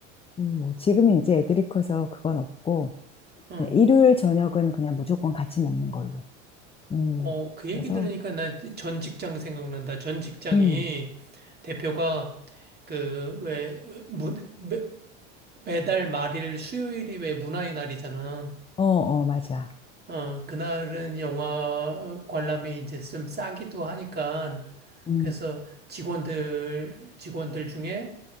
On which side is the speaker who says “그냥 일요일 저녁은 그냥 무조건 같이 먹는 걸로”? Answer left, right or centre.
Left